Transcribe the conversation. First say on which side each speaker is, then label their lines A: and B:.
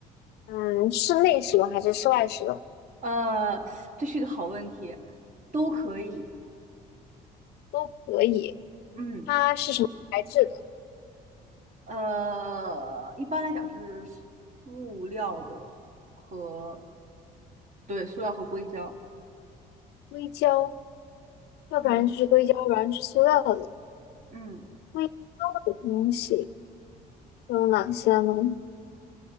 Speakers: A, on the left; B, on the right.
A: 嗯室内使用还是室外使用
B: 呃，这是一个好问题，都可以，
A: 都可以。
B: 嗯，
A: 它是什么材质的？
B: 呃，一般来讲是塑料的和，对，塑料和硅胶，
A: 硅胶，要不然就是硅胶，
B: 嗯
A: 要不然是塑料的。
B: 嗯
A: 硅胶的东西都有哪些呢？